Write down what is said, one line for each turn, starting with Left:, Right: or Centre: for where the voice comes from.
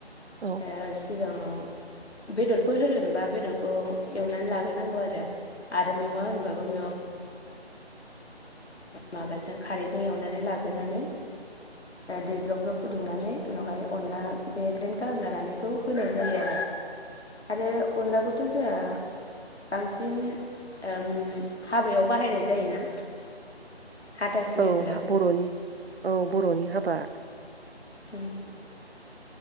Right: औ
Left: ओ सिगाङाव बेदरफोर होनोबा बेदरखौ एवनानै लाग्रोनांगौ आरो आरो मेवा होनबाबो मेवा माबाजों खारैजों एवनानै लाग्रोनानै दै ग्लब ग्लब फुदुंनानै उनावहाय अनला बे ग्रेन्ड खालामना लानायखौ होनाय जायो आरो अनलाखौथ जोङा बांसिन ओम हाबायाव बाहायनाय जायोना। हाथासुनिफोराव
Right: औ बर'नि औ बर'नि हाबा
Left: औ